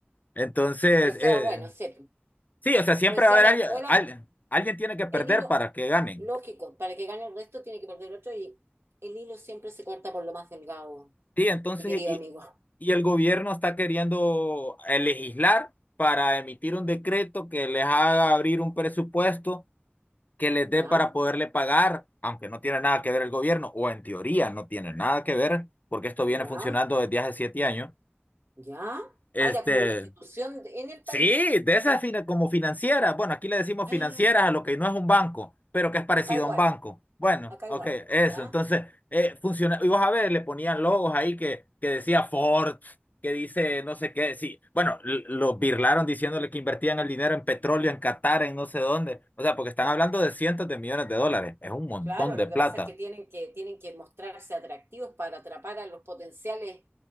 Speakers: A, on the left; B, on the right.
A: Entonces,
B: O sea,
A: eh,
B: bueno, sé.
A: sí, o sea, siempre
B: Como decía
A: va a haber
B: mi
A: alguien,
B: abuela,
A: al- alguien tiene que perder
B: el hilo,
A: para que ganen.
B: lógico, para que gane el resto tiene que perder otro y el hilo siempre se corta por lo más delgado,
A: Sí, entonces,
B: mi querido
A: y,
B: amigo.
A: y el gobierno está queriendo eh, legislar para emitir un decreto que les haga abrir un presupuesto que les
B: ¿Ya?
A: dé para poderle pagar, aunque no tiene nada que ver el gobierno, o en teoría no tiene nada que ver, porque esto viene
B: ¿Ya?
A: funcionando desde hace siete años.
B: ¿Ya?
A: Este,
B: Ah, era como una institución de- en el país.
A: Sí, de esas fina- como financieras. Bueno, aquí le decimos
B: Ah,
A: financieras a lo que no es un banco, pero que es parecido
B: acá igual,
A: a un banco. Bueno,
B: acá
A: ok,
B: igual,
A: eso.
B: ¿ya?
A: Entonces, eh, funciona. Y vos a ver, le ponían logos ahí que, que decía Ford, que dice no sé qué. Sí, bueno, l- los birlaron diciéndole que invertían el dinero en petróleo, en Qatar, en no sé dónde. O sea, porque están
B: Claro.
A: hablando de cientos de millones de dólares. Es un montón
B: Claro, lo
A: de
B: que
A: plata.
B: pasa es que tienen que, tienen que mostrarse atractivos para atrapar a los potenciales,